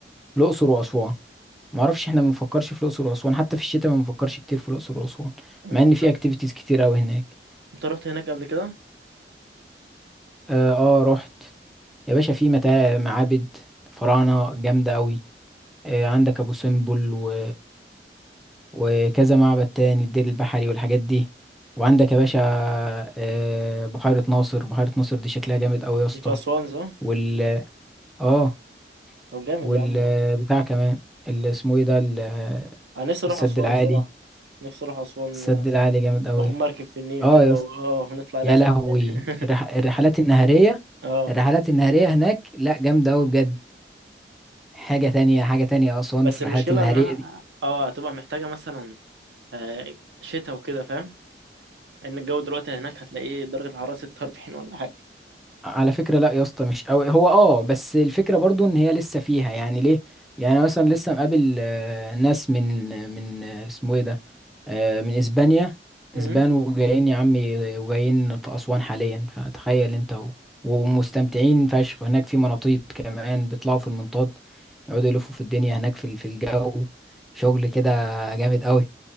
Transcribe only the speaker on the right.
انت
انت رحت هناك قبل كده
دي في اسوان صح
طب جامد
يا عم
انا نفسي اروح
اسوان
صراحة نفسي اروح اسوان
آه،
واخد مركب في النيل
كده
و-
اه ونطلع
رحلة
<laughs> تاني
اه
بس
المشكلة
انها
اه هتبقى محتاجة مثلا آه، شتاء وكده فاهم ان الجو دلوقتي هناك هتلاقيه درجة الحرارة 46 ولا حاجة
امم